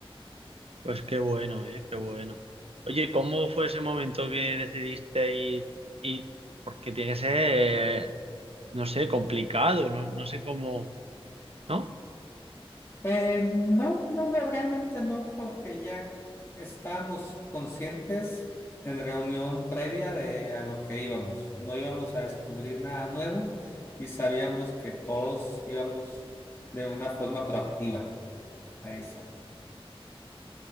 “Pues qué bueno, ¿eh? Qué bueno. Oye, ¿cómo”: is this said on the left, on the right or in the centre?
Right